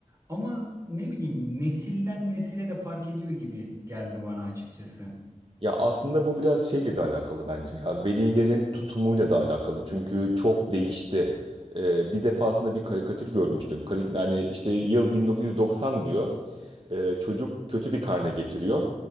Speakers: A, on the right; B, on the right.
A: Ama ne bileyim nesilden nesile de fark ediyor gibi geldi bana açıkçası.
B: Ya aslında bu biraz şeyle de alakalı bence ya. Velilerin tutumuyla da alakalı. Çünkü çok değişti. Ee, bir defasında bir karikatür görmüştüm. Kari- Yani işte yıl 1990 diyor. Ee, çocuk kötü bir karne getiriyor.